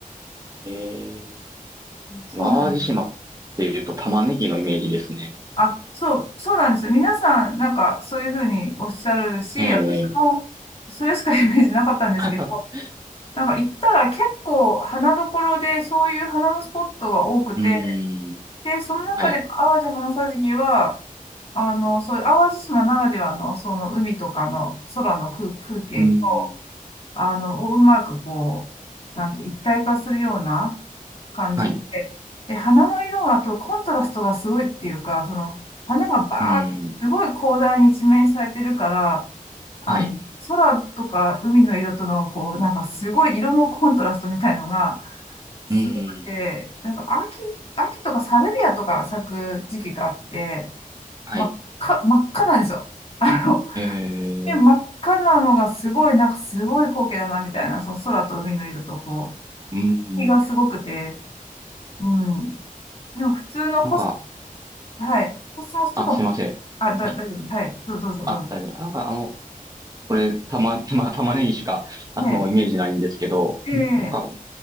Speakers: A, on the right; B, on the left.
A: ええ。
B: そうなんです。
A: 淡路島っていうと玉ねぎのイメージですね。
B: あ、そう、そうなんですよ。皆さん、なんか、そういうふうにおっしゃるし、
A: え
B: 私も、
A: え。
B: それしかイメージなかったんですけど、
A: <laughs>
B: なんか行ったら結構花どころで、そういう花のスポットが多くて、
A: うん。
B: で、その中で淡路花さじきは、
A: はい。
B: あの、そういう淡路島ならではの、その海とかの空の空、風景と、
A: うん。
B: あの、うまくこう、なんて、一体化するような感じで、
A: はい。
B: で、花の色がとコントラストがすごいっていうか、その、花がバーッ、
A: うん。
B: すごい広大に一面されてるから、あの、
A: はい。
B: 空とか海の色との、こう、なんかすごい色のコントラストみたいのが、すごくて、
A: うん。
B: なんか秋、秋とかサルビアとか咲く時期があって、
A: はい。
B: ま、か、真っ赤なんですよ。あの
A: ええ。
B: で、真っ赤なのがすごい、なんかすごい光景だな、みたいな、その空と海の色と、こ
A: うん。
B: う、日がすごくて、うん。でも普通のコス、
A: なんか、
B: はい、コスモスとかも、
A: あ、すいません。
B: あ、だ、
A: はい
B: 大丈夫、はい、どうどうぞ、
A: あ、
B: どうぞ。
A: 大丈夫。なんかあの、これ、たま、<laughs> まあ、玉ねぎしか、
B: ね、
A: あの、イメージないんですけど、
B: で、
A: んなんか、